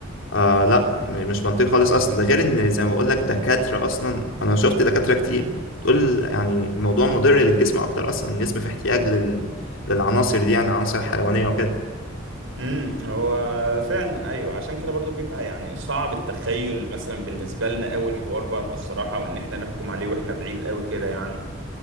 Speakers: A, on the left (about 80°); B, on the right (about 80°).
A: آه لا م- مش منطقي خالص اصلا ده غير ان زي ما بقول لك دكاتره اصلا انا شفت دكاتره كتير تقول يعني الموضوع مضر للجسم اكتر اصلا الجسم في احتياج لل... للعناصر دي يعني عناصر حيوانيه وكده
B: امم هو فعلا ايوه عشان كده برضو بيبقى يعني صعب التخيل مثلا بالنسبه لنا قوي الحوار برضو الصراحه وان احنا نحكم عليه واحنا بعيد قوي كده يعني